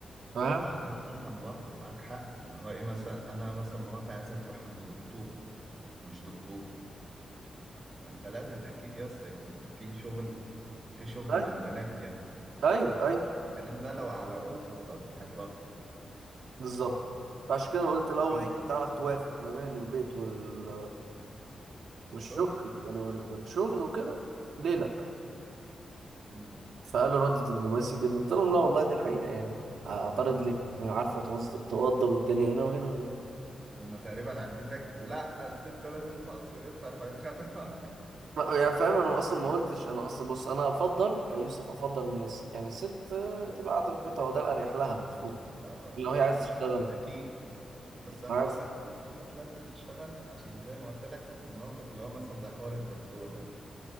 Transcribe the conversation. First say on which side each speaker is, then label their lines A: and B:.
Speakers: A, on the right; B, on the right.
A: فاهم
B: وبعدين فعلا برضه معاك حق اللي هو ايه مثلا انا مثلا مراتي عايزها تروح عند دكتورة مش دكتور فاهم فلازم اكيد يس يكون في شغل في شغل
A: طيب
B: للبنات يعني
A: ايوه ايوه
B: الكلام ده لو على قلت بالظبط هتوقف
A: بالظبط فعشان كده قلت لو
B: كمل
A: هي هتعرف توافق ما بين البيت وال... والشغل
B: مش شغل
A: يعني وال... والشغل وكده ليه لا
B: مم.
A: فقالوا رد دبلوماسي جدا قلت لهم لا والله دي الحقيقة يعني اعترض ليه ما هي عارفة توظ- توضب الدنيا هنا وهنا
B: هما تقريبا عايزينك لا الست لازم تقعد في بيتها فيتخانقوا
A: ما- يعني فاهم انا اصلا ما قلتش انا اصلا بص انا افضل كيوسف افضل ان الس- يعني الست آه، تبقى قاعده في بيتها وده الاريح لها المفروض
B: <laughs> ده
A: لو هي
B: ده
A: عايزه
B: الاحسن
A: تشتغل
B: اكيد بس انا
A: لو عايز
B: بقول لك في ستات لازم تشتغل عشان زي ما قلت لك الموقف اللي هو مثلا زي حوار الدكتور ده